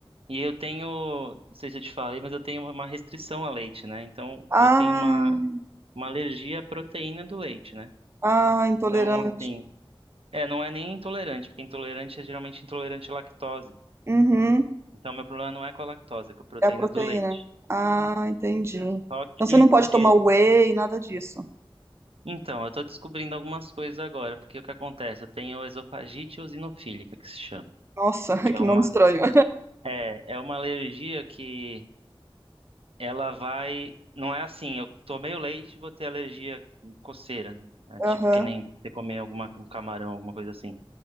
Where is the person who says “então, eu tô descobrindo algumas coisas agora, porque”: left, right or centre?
Right